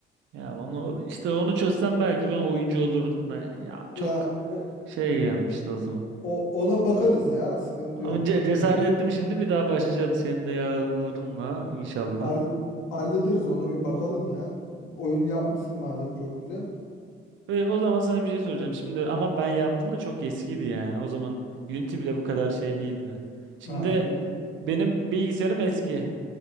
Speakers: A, on the right; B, on the left.
A: Ya onu işte onu çözsem belki ben oyuncu olurdum da ya
B: Ya
A: çok
B: o,
A: şey gelmişti o zaman.
B: o ona bakarız ya sıkıntı
A: Ama
B: yok.
A: ce- cesaret
B: Ya,
A: ettim şimdi bir daha başlayacağım senin de yardımlarınla inşallah.
B: hall- hallederiz ona bir bakalım ya. Oyunu yapmışsın madem çok güzel.
A: Ve o zaman sana bir şey soracağım. Şimdi ama ben yaptım da çok eskiydi yani. O zaman Unity bile bu kadar şey değildi. Şimdi
B: Ha, yün
A: benim bilgisayarım eski.